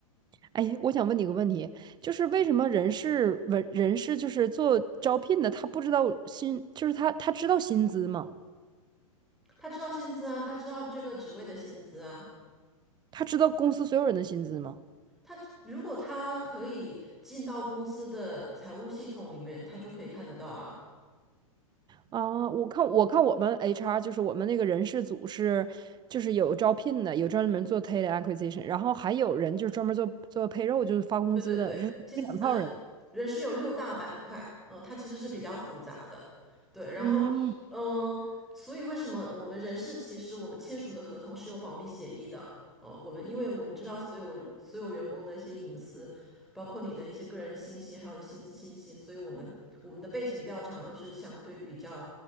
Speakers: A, on the right; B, in the centre.
A: 哎，我想问你个问题，就是为什么人事文人事就是做招聘的，他不知道薪，就是他他知道薪资吗？
B: 他知道薪资啊，他知道这个职位的薪资啊，
A: 他知道公司所有人的薪资吗？
B: 他如果他可以进到公司的财务系统里面，他就可以看得到啊。
A: 啊，我看我看我们 HR 就是我们那个人事组是，就是有招聘的，有专门做 talent acquisition，然后还有人就是专门做做 payroll，就是发工资的，
B: 对对对，
A: 这是这两套人。
B: 现呃，人事有六大板块，嗯、呃它其实是比较复杂的。对，然后嗯、
A: 嗯，
B: 呃所以为什么我们人事其实我们签署的合同是有保密协议的？呃，我们因为我们知道所有所有员工的一些隐私，包括你的一些个人信息，还有你薪资信息，所以我们我们的背景调查都是相对比较